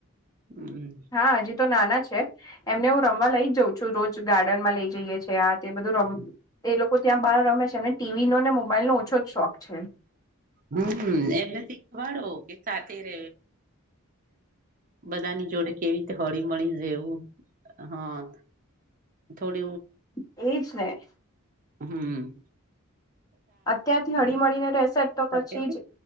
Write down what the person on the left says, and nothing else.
હા હજી તો નાના છે. એમને હું રમવા લઈ જ જાઉં છું રોજ ગાર્ડન માં લઈ જઈએ છ છે, આ તે બધું રમ. એ લોકો ત્યાં બહાર રમે છે એમને ટીવી નો ને મોબાઈલ નો ઓછો જ શોખ છે.
એજ ને.
અત્યારથી હળી મળીને રહેશે જ તો
પછી જ.